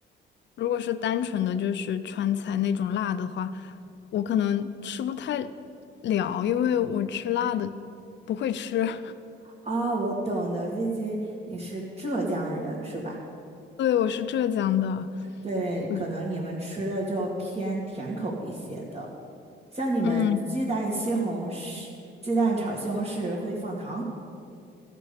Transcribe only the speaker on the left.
如果是单纯的就是川菜那种辣的话，我可能吃不太了，因为我吃辣的不会吃。<laughs>
对，我是浙江的，
嗯
嗯